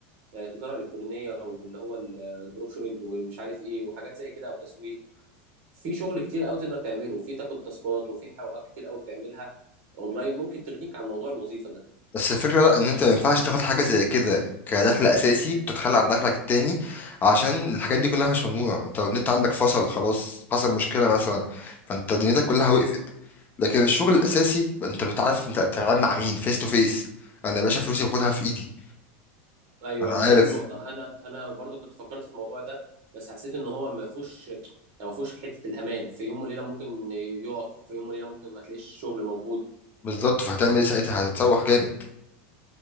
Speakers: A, on the right (about 55°); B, on the left (about 30°).
A: آه، تجاره الكترونيه واللي هو الدروب شوبينج ومش عارف ايه وحاجات زي كده او تسويق في شغل كتير قوي تقدر تعمله وفي تاخد تاسكات وفي حوارات كتير قوي بتعملها اونلاين ممكن تغنيك عن موضوع الوظيفه ده
B: بس الفكرة لا ان انت ما ينفعش تاخد حاجة زي كده كدخل اساسي وتتخلى عن دخلك التاني عشان الحاجات دي كلها مش مضمونة انت لو النت عندك فصل خلاص حصل مشكلة مثلا فانت دنيتك كلها وقفت لكن الشغل الاساسي انت بتعرف انت بتتعامل مع مين فيس تو فيس انا يا باشا فلوسي باخدها في ايدي
A: ايوه
B: انا
A: ما
B: عارف
A: هي دي النقطه انا انا برضو كنت فكرت في الموضوع ده بس حسيت ان هو ما فيهوش يعني ما فيهوش حته الامان في يوم وليله ممكن يقف في يوم وليله ممكن ما تلاقيش شغل موجود
B: بالظبط فهتعمل ايه ساعتها هتتسوح جامد